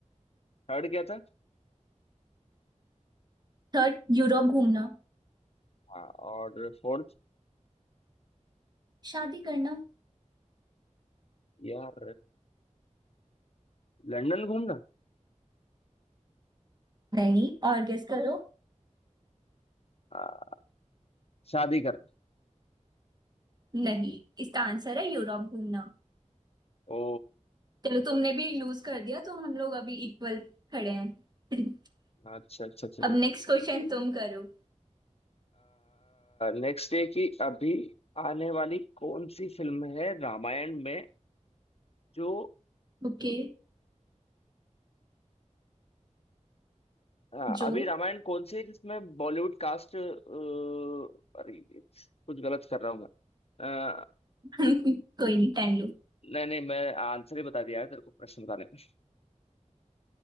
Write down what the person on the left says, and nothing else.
थर्ड क्या था
हाँ और फोर्थ
यार लंदन घूमना
हाँ, शादी करना
ओ
अच्छा अच्छा अच्छा अच्छा
नेक्स्ट ये कि अभी आने वाली कौन सी फिल्म है रामायण में जो
आ,
अभी रामायण कौन सी है जिसमें बॉलीवुड कास्ट अरे कुछ गलत कर रहा हूँ मैं अ,
नहीं नहीं मैं आंसर ही बता दिया यार तेरे को प्रश्न बताने में